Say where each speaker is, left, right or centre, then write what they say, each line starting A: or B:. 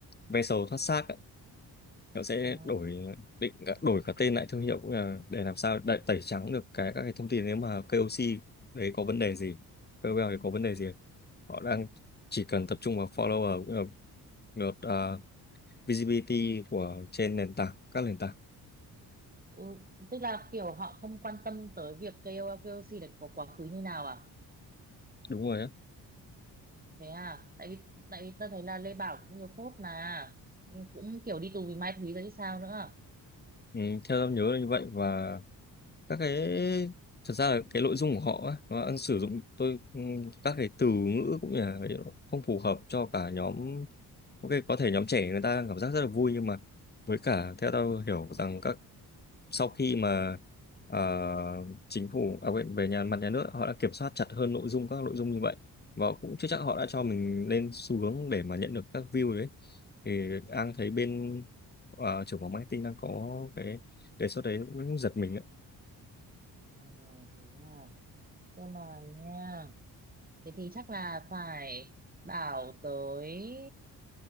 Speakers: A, on the left (about 20°); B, on the right (about 20°).
A: ve sầu thoát xác nó sẽ
B: ờ.
A: đổi ờ, định cả- đổi cả tên lại thương hiệu cũng là để làm sao đẩy, tẩy trắng được cái các cái thông tin nếu mà KOC đấy có vấn đề gì KOL đấy có vấn đề gì họ đang chỉ cần tập trung vào follower cũng là lượt à, visibility của trên nền tảng các nền tảng
B: Ừ. tức là kiểu họ không quan tâm tới việc KOL KOC là có quá khứ như nào à
A: đúng rồi á
B: thế à tại vì tại vì tao thấy là Lê Bảo cũng nhiều phốt mà cũng kiểu đi tù vì Mai thúy rồi chứ sao nữa
A: ừ, theo em nhớ là như vậy và các cái thật ra là cái nội dung của họ á, nó đang sử dụng tôi ừm, các cái từ ngữ cũng như là cái- không phù hợp cho cả nhóm ok có thể nhóm trẻ người ta đang cảm giác rất là vui nhưng mà với cả theo tôi hiểu rằng các sau khi mà ờ, chính phủ à, quên, về nhà mặt nhà nước họ đã kiểm soát chặt hơn nội dung các nội dung như vậy và cũng chưa chắc họ đã cho mình lên xu hướng để mà nhận được các view đấy thì đang thấy bên ờ, trưởng phòng marketing đang có cái đề xuất đấy cũng giật mình
B: à thế à Cơ mà nha. Thế thì chắc là phải bảo tới